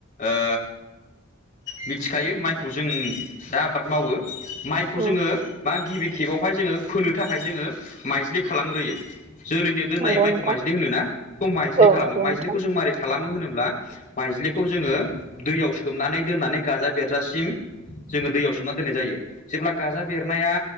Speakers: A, on the left; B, on the right.
A: ओ मिथिखायो माइखौ जों दा आबाद मावो माइखौ
B: उम
A: जोङो मा गिबि खेबावहाय जोङो फोनो थाखाय जोङो माइज्लि खालामग्रोयो जोलैनो दोननाय
B: नंगौ
A: माइखौ
B: नोंथां
A: माइज्लि होनो ना बेखौ माइज्लि
B: औ
A: खालामो
B: नंगौ
A: माइज्लिखौ
B: नोंथां
A: जों मारै खालामो होनोब्ला माइज्लिखौ जोङो दैयाव सोमनानै दोननानै गाजा बेरजासिम जोङो दैयाव सोमना दोननाय जायो जेब्ला गाजा बेरनाया